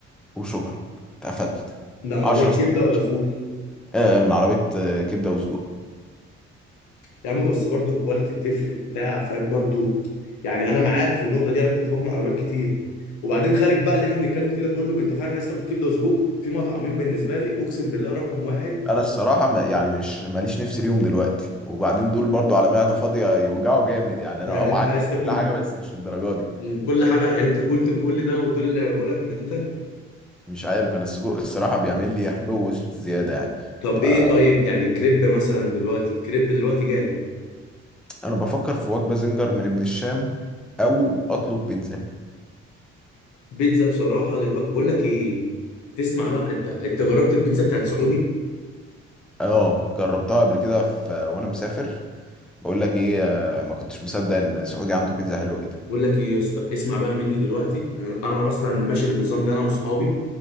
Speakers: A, in the centre; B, on the left.
A: وشكرا اتقفلت
B: ده عربية
A: 10 سندوتشات
B: كبدة ولا فول
A: آه من عربية آه، كبدة وسجق
B: يا عم بس برضو الكواليتي بتفرق بتاع فاهم برضو يعني أنا معاك في النقطة دي أنا كنت باكل من عربيات كتير وبعدين خارج بقى اللي احنا بنتكلم فيه ده كله أنت فعلا عايز تاكل كبدة وسجق في مطعمين بالنسبة لي أقسم بالله رقم واحد
A: انا الصراحة ما يعني مش ماليش نفس ليهم دلوقتي وبعدين دول برضو على معدة فاضية يوجعوا جامد يعني انا
B: يعني
A: اه معاك
B: أنت عايز
A: في
B: تاكل
A: كل حاجة بس مش الدرجة دي
B: من كل حاجة يعني أنت قلت كل ده ودول اللي هيوجعوا لك معدتك
A: مش عارف انا السجق الصراحة بيعمل لي حموضة زيادة يعني
B: طب
A: فانا
B: إيه طيب يعني كريب مثلا دلوقتي الكريب دلوقتي جامد
A: بفكر في وجبة زنجر من ابن الشام او اطلب بيتزا
B: بيتزا بصراحة دلوقتي بقول لك إيه تسمع بقى أنت أنت جربت البيتزا بتاعت سعودي
A: اه جربتها قبل كده في وانا مسافر بقول لك ايه آه، ما كنتش مصدق ان سعودي عنده بيتزا حلوه كده
B: بقول لك ايه يا اسطى اسمع بقى مني دلوقتي انا أنا اصلا ماشي بالنظام ده انا واصحابي